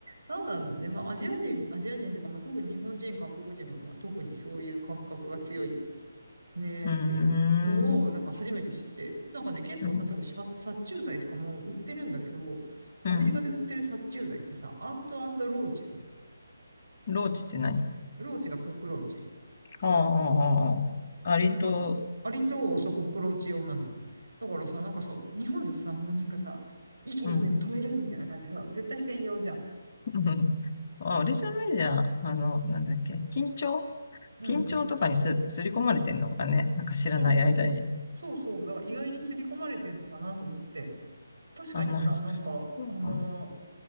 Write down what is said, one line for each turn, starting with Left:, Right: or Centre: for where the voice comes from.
Right: なんなんだろうね。まあ、アジア人、アジア人というか、まあ、特に日本人、韓国人は、まあ、特にそういう感覚が強いねっていうのを、
Left: うーん。
Right: なんか初めて知って、なんかね、結構、
Left: うん。
Right: 例えば殺、殺虫剤とかも売ってるんだけど、
Left: うん
Right: アメリカで売ってる殺虫剤ってさ、アントローチなんだよね。
Left: ローチって何
Right: ローチがコックローチ。
Left: ああ、ああ、あありと、
Right: だから、アリとそうコックローチ用なのよ。だからさ、なんかさ、日本でさ、もうなんかさ、息の根を止めるみたいな感じでさ、
Left: うん。
Right: 絶対専用じゃん。
Left: うん <laughs> ああれじゃないじゃん。あの、なんだっけ、緊張
Right: うん。
Left: 緊張とかにす、すり込まれてんのかね。なんか知らない間に。
Right: そうそう。そうそう。だから意外に刷り込まれてんのかなと思って。確かにさ、
Left: あ、まあ、
Right: なんか、
Left: そうかも。
Right: あのー